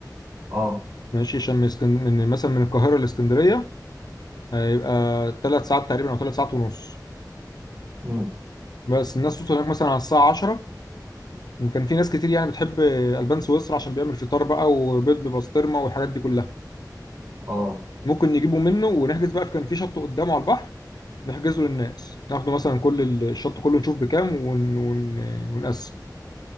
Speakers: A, on the right; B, on the left.
A: اه
B: ماشي عشان من اسكن... من مثلا من القاهرة لاسكندرية هيبقى ثلاث ساعات تقريبا او ثلاث ساعات ونص
A: امم
B: بس الناس توصل هناك مثلا على الساعة 10 كان في ناس كتير يعني بتحب البان سويسرا عشان بيعمل فطار بقى وبيض ببسطرمة والحاجات دي كلها
A: اه
B: ممكن نجيبه منه ونحجز بقى في كان في شط قدامه على البحر نحجزه للناس ناخده مثلا كل الشط كله نشوف بكام ون... ون... ونقسم